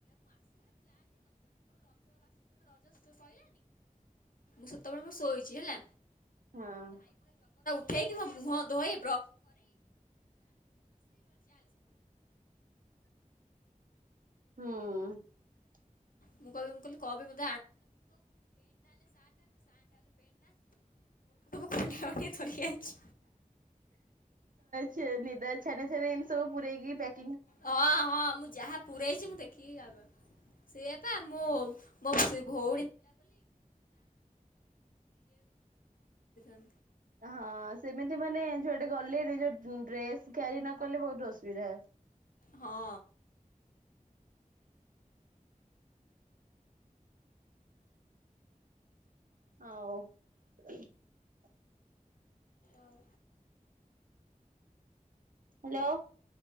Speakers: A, on the left; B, on the right.
A: ସେତେବେଳେ ମୋର ଶୋଇଛି ହେଲା।
B: ହଁ
A: ଉଠେଇକି ମୋ ମୁହଁ ଧୋଇ
B: <inaudible>
A: ମୁଁ କହିବି ମୁଁ କହିଲି କଉଟା ସବୁ ଖଣ୍ଡିଆ ମଣ୍ଡିଆ ଧରିକି ଆଇଚି।
B: ନିଦ ଛାନିଆ ଛାନିଆରେ ଏମତି ସବୁ ପୁରେଇକି ପ୍ୟାକ୍
A: ହଁ ହଁ ମୁଁ ଯାହା ପୂରେଇଛି ମୁଁ ଦେଖିକି କାବା ସିଏ ପା ମୋ ମୋ ସେ ଭ ନ
B: ହୁଁ।
A: ହଁ।
B: ହଉ <inaudible>
A: ଆଉ
B: ହାଲୋ।